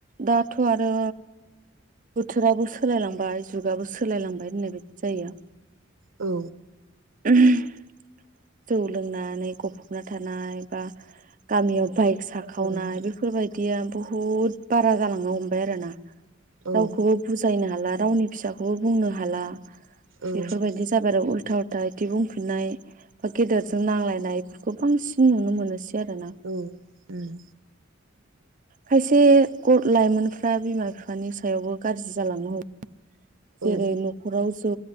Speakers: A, on the right; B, on the right.
A: दा थ' आरो बोथोराबो सोलायलांबाय जुगाबो सोलायलांबाय होननाय बायदि जायो।
B: औ
A: <unintelligible> जौ लोंनानै गफबना थानाय बा गामियाव बाइक साखावनाय
B: औ ओं
A: बेफोरबायदिया बुहु हुद बारा जालांनो हमबाय आरो ना
B: औ
A: रावखौबो बुजायनो हाला गावनि फिसाखौबो बुंनो हाला
B: जायोथार
A: बेफोरबायदि जाबाय आरो उल्था उ ल्था इदि बुंफिननाय बा गेदेरजों नांलायनाय खौ बांसिन नुनो मोनोसै आरोना
B: औ उम
A: खायसे ग लाइमोनफ्रा बिमा बिफानि सायावबो गाज्रि जालांनो हमो
B: औ
A: जेरै न'खराव जौ